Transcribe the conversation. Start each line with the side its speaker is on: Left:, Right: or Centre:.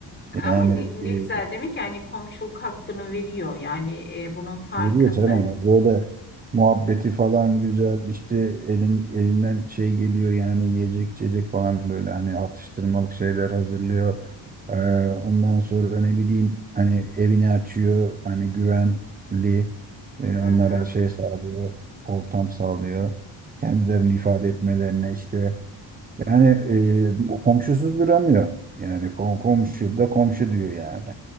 Left: Ama
Right: yani
Left: ne,
Right: e,
Left: ne güzel demek yani komşuluk hakkını veriyor. Yani e, bunun farkında.
Right: Veriyor tabii. ya. Böyle muhabbeti falan güzel. işte elin, elinden şey geliyor yani yiyecek içecek falan böyle hani atıştırmalık şeyler hazırlıyor. Ee, ondan sonra ne bileyim hani evini açıyor. Hani güvenli e, onlara
Left: Hı
Right: şey sağlıyor. Ortam sağlıyor.
Left: hı.
Right: Kendilerini ifade etmelerine işte. Yani e, komşusuz duramıyor. Yani kom komşu da komşu diyor yani.